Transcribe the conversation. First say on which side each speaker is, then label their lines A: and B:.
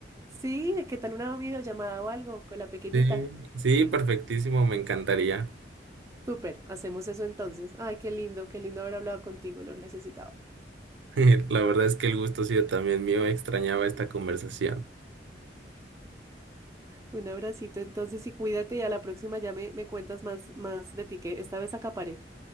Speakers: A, on the right (about 15°); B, on the right (about 80°).
A: Sí, ¿qué tal una videollamada o algo con la pequeñita?
B: Sí, sí, perfectísimo, me encantaría.
A: Súper, hacemos eso entonces. Ay, qué lindo, qué lindo haber hablado contigo, lo necesitaba.
B: <laughs> La verdad es que el gusto ha sido también mío, extrañaba esta conversación.
A: Un abracito entonces y cuídate y a la próxima ya me, me cuentas más, más de ti, que esta vez acaparé.